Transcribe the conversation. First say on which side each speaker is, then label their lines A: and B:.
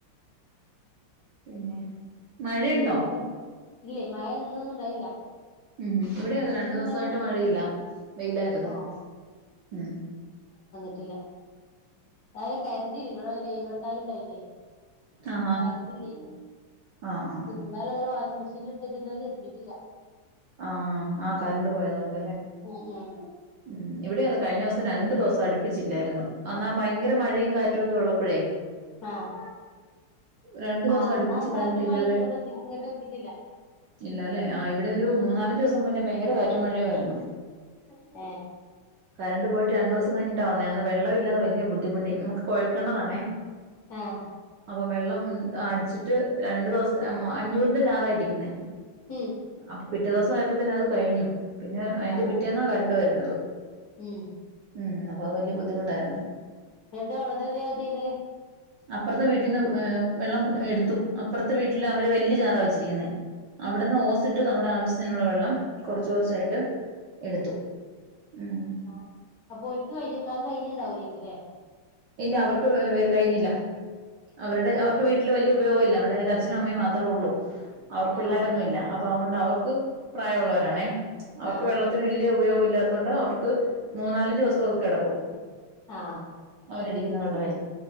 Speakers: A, on the right; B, on the left.
A: പിന്നെ മഴയുണ്ടോ
B: പിന്നെന്താ ഇല്ലേ മഴ ഇന്ന് ന്നും ഉണ്ടായില്ല
A: ഉം ഇവിടെ അതെ രണ്ടു
B: ഇന്ന്
A: ദിവസായിട്ട്
B: എന്തായാലും
A: മഴയില്ല വെയിലായിരുന്നു
B: ആഹ്
A: മ്
B: ട്ടില്ല അയിനെ കരണ്ടില്ല ങ്ങളെ ലെയിൻ വെട്ടാനുണ്ടായിട്ടെ
A: ആഹാ
B: കരണ്ടില്ലായിരുന്നു
A: ആഹ് ആഹ്
B: തിരുമ്പാനുള്ള ത് ഇന്നലെ വാഷിംഗ് മെഷീനിൽ ഇട്ടേച്ച് ഇന്നലെ തിരുമ്പിട്ടില്ല
A: ആ ആ ആ കറണ്ട് പോയതോണ്ട്
B: ഉം ഉം
A: ഉം ഇവിടെ അതെ കഴിഞ്ഞ ദിവസം രണ്ടു ദിവസം അടുപ്പിച്ചില്ലായിരുന്നു അന്നാ ഭയങ്കര മഴയും കാറ്റും കൊതു ഉള്ളപ്പോഴേ
B: ആഹ്
A: രണ്ടു ദിവസം
B: ആഹ്
A: അടുപ്പിച്ചു
B: എന്നാ കാറ്റും
A: കരണ്ടില്ലാതെ
B: മഴയൊന്നും ഇങ്ങോട്ട് എത്തി ഇങ്ങോട്ട് എത്തിയിട്ടില്ല
A: ഇല്ലാലേ ആ ഇവിടെ ഒരു
B: ഉം
A: മൂന്നാലഞ്ചു ദിവസം മുന്നേ ഭയങ്കര കാറ്റും മഴയുമായിരുന്നു
B: ഏഹ്
A: കറണ്ട് പോയിട്ട് രണ്ടു ദിവസം കഴിഞ്ഞിട്ടാ വന്നേ ന്ന വെള്ളമില്ലാതെ വല്ല്യ ബുദ്ധിമുടട്ടി നമുക്ക് കൊയൽക്കെണറാണേ
B: ആഹ്
A: അപ്പൊ വെള്ളം അടിച്ചിട്ട് രണ്ടു ദിവസത്തെ മ്മ് അഞ്ഞൂറിന്റെ ജാറായിരിക്കുന്നേ
B: ഹും
A: അപ്പൊ പിറ്റേ ദിവസ ആയപ്പോ തന്നെ അത് കഴിഞ്ഞു പിന്നെ അതിന്റെ
B: ആഹ്
A: പിറ്റേന്നാ കരണ്ട് വര വരുന്നത്
B: ഉം
A: ഉം അപ്പൊ അത് വലിയ ബുദ്ധിമുട്ടായിരുന്നു
B: നേരത്തെ വെള്ളത്തിന് എന്താ ചെയ്തത്
A: അപ്പുറത്തെ വീട്ടീന്ന് എ വെള്ളം എടുത്തു അപ്പുറത്തെ വീട്ടില് അവര് വല്ല്യ ജാറ വെച്ചിരിക്കുന്നേ അവിടുന്ന്
B: ആഹ്
A: ഓസിട്ട് നമ്മുടെ ആവശ്യത്തിനുള്ള വെള്ളം കുറച്ച് കുറച്ചായിട്ട് എടുത്തു ഉം
B: ആ അപ്പൊ ഓല്ക്ക് കയിണ്ടാവൂലെ കുലെ
A: ഇല്ല അവർക്ക് കഴിഞ്ഞില്ല അവരുടെ
B: ആഹ്
A: അവർക്ക് വീട്ടില് വലിയ ഉപയോഗംമല്ല അവിടെ ഒരു അച്നും അമ്മയും മാത്രേ ഉള്ളൂ അവർ പിള്ളോരൊന്നുമ
B: ആഹ്
A: ഇല്ല അപ്പൊ അതുകൊണ്ട് അവർക്ക് പ്രായമുള്ളവരണേ അവർക്ക്
B: ആഹ്
A: വെള്ളത്തിന് വലിയ ഉപയോഗം ഇല്ലാത്ത കൊണ്ട് അവർക്ക് മൂന്നാലും ദിവസൊക്കെ കിടക്കും
B: ആ
A: അവരടിക്കുന്ന വെള്ളവേ